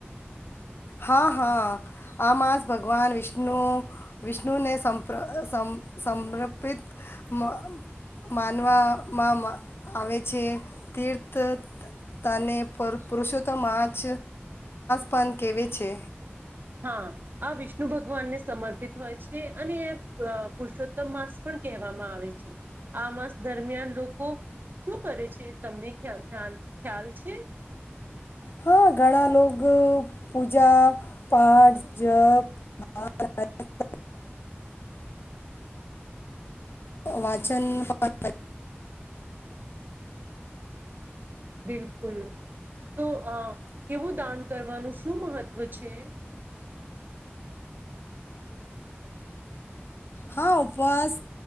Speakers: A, on the left (about 60°); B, on the right (about 50°).
A: હા હા આ માસ ભગવાન વિષ્ણુ વિષ્ણુને સમ સંપ સમર્પિત મન માનવામાં આવે છે તીર્થ અને પૂર પુરુષોતમસ પણ કેવે છે
B: હા આ વિષ્ણુ ભગવાનને સમર્પિત હોય છે અને પુરુષોત્તમ માસ પણ કહેવામાં આવે છે આ માસ દરમિયાન લોકો શું કરે છે તમને ધ્યાન ખ્યાલ છે
A: હા ઘણા લોકો પૂજા પાાઠ જપ વાચન પવ
B: બિલકુલ હમ્મ તો અ કેવું દાન કરવાનું શું મહત્ત્વ છે
A: હા ઉવાસ